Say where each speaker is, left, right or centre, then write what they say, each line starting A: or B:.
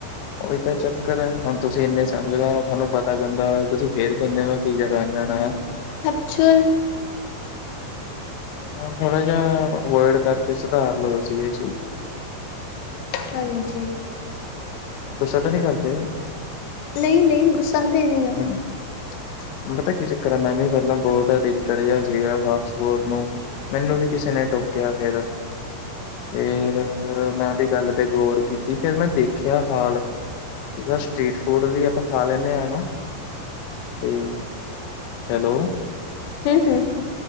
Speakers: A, on the left; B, on the left.
A: ਉਹੀ ਤਾਂ ਚੱਕਰ ਐ, ਹੁਣ ਤੁਸੀਂ ਇੰਨੇ ਸਮਝਦਾਰ ਹੋ ਤੁਹਾਨੂੰ ਪਤਾ ਗੰਦਾ ਹੋ, ਤੁਸੀਂ ਫੇਰ ਕਿਹਿਨੇ ਹੋ ਮੈ ਪੀਜ਼ਾ ਖਾਣ ਜਾਣਾ ਆ।
B: ਹੈਬਚੁਅਲ।
A: ਹਾਂ ਥੋੜਾ ਜਿਹਾ ਅਵੋਇਡ ਕਰਕੇ ਸੁਧਾਰ ਲਓ ਤੁਸੀਂ ਏ ਚੀਜ਼
B: ਹਾਂਜੀ।
A: ਗੁੱਸਾ ਤਾਂ ਨੀਂ ਕਰਦੇ।
B: ਨਈਂ-ਨਈਂ ਗੁੱਸਾ ਤੇ ਨੀ ਆਂ।
A: ਹੂੰ ਪਤਾ ਕੀ ਚੱਕਰ ਆ ਮੈਂ ਵੀ ਪਹਿਲਾਂ ਬਹੁਤ ਅਡਿਕਟਡ ਜਹਾ ਸੀਗਾ ਫਾਸਟ ਫੂਡ ਨੂੰ ਮੈਨੂੰ ਵੀ ਕਿਸੇ ਨੇ ਟੋਕਿਆ ਫੇਰ। ਫੇਰ ਮੈਂ ਉਹਦੀ ਗੱਲ ਤੇ ਗੌਰ ਕੀਤੀ ਫੇਰ ਮੈਂ ਦੇਖ। ਖਿਅਆ ਹਾਲ, ਜਿਹੜਾ ਸਟ੍ਰਰੀਟ ਫੂਡ ਵੀ ਆਪਾਂ ਖਾ ਲੈਂਨੇ ਆ ਨਾ। ਤੇ, ਹੈਲੋ।
B: ਹਮ- ਹਮ।